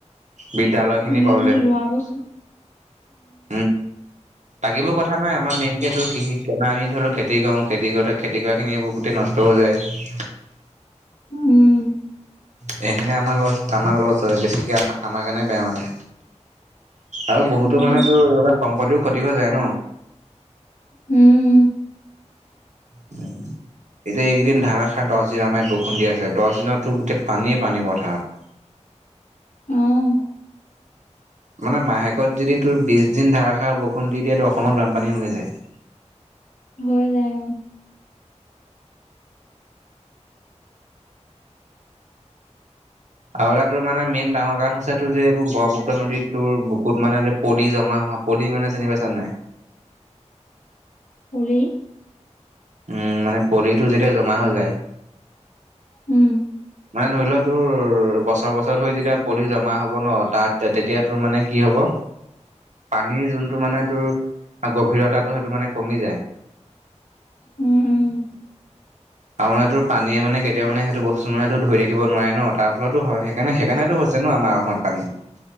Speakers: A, on the right; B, on the left.
A: বিদ্যালয় খিনিৰ
B: উম
A: প্ৰব্লেম।
B: ৰোৱা বস্তু
A: উম বাকীবোৰ কথা নাই আমাৰ মেইন কে তোৰ কৃষি। তেনে আমি ধৰি লওঁ, খেতি কৰো, খেতি কৰো, আৰু খেতি কৰা খিনিৰ এইবোৰ গোটেই নষ্ট হৈ যায়।
B: উম'।
A: সেইখিনি আমাৰ লছ আমাৰ লছ হয়। বেছিকে আমা-আমাৰ কাৰণে বেয়া মানে। আৰু বহুতো
B: তাকেতো
A: মানে তোৰ, এনেকুৱা সম্পত্তিও ক্ষতি হৈ যায় ন?
B: উম'।
A: <inaudible> এতিয়া এইকেইদিন ধাৰাষাৰ দহ দিন, আমাৰ ইয়াত বৰষুণ দি আছে। দহ দিনতো গোটেই পানীয়ে পানী পথাৰত।
B: উম।
A: মানে মাহেকত যদি, তোৰ বিশ দিন ধাৰাসাৰ বৰষুণ দি দিয়ে, তো অসমত বানপানী হৈয়ে যায়।
B: হৈ যায়, অ'।
A: আৰু এটা তোৰ, মানে মেইন ডাঙৰ কাৰণ হৈছে। তোৰ যে এইবোৰ ব্ৰহ্মপুত্ৰ নদীত তোৰ বুকুত মানে যে পলি জমা হোৱা, পলি মানে চিনি পাইছা নাই?
B: পলি
A: উম, মানে পলিটো যেতিয়া জমা হৈ যায়
B: উম'।
A: মানে ধৰি ল তোৰ বছৰ বছৰ হৈ যেতিয়া পলি জমা হ'ব ন, তাত তেতিয়া তোৰ মানে কি হ'ব পানীৰ যোনটো মানে তোৰ, গভীৰতাটো সেইটো মানে কমি যায়।
B: উম', উম'।
A: আৰুে মানে টোৰ পানীয়ে মানে কেতিয়াও মানে সেইটো বস্তু মানে তোৰ ধৰি থাকিব নোৱাৰে ন। তাৰ ফলতো হয়। সেইকাৰণে-সেইকাৰণেতো
B: উম
A: হৈছে ন, আমাৰ অসমত পানী